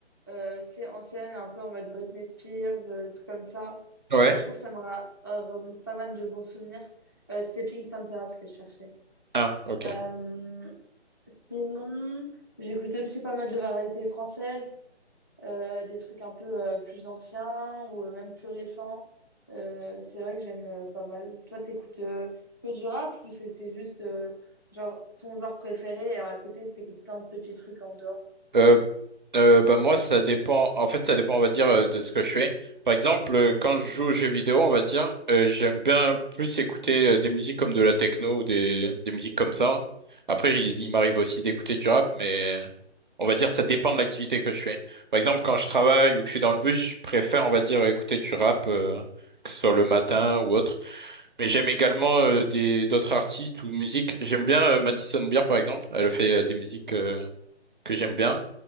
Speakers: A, on the left (about 20°); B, on the right (about 45°).
A: euh, tu sais, ancienne, un peu en mode Britney Spears, euh, des trucs comme ça.
B: Ouais.
A: Genre, je trouve que ça me ra- euh, remonte pas mal de bons souvenirs. Euh, c'était Pink Pantera, ce que je cherchais.
B: Ah, ok.
A: Euh, sinon, j'écoute aussi pas mal de variétés françaises. euh, des trucs un peu euh, plus anciens ou euh, même plus récents. Euh, c'est vrai que j'aime euh, pas mal. Toi, t'écoutes euh, que du rap ou c'était juste euh, genre ton genre préféré et à côté, t'écoutes plein de petits trucs en dehors?
B: Euh, Euh, bah, moi, ça dépend. En fait, ça dépend, on va dire, euh, de ce que je fais. Par exemple, euh, quand je joue aux jeux vidéo, on va dire, euh, j'aime bien plus écouter euh, des musiques comme de la techno ou des, des musiques comme ça. Après, il, il m'arrive aussi d'écouter du rap, mais on va dire, ça dépend de l'activité que je fais. Par exemple, quand je travaille ou que je suis dans le bus, je préfère, on va dire, écouter du rap, euh, que ce soit le matin ou autre. Mais j'aime également euh, des d'autres artistes ou musiques. J'aime bien euh, Madison Beer, par exemple. Elle fait euh, des musiques euh, que j'aime bien.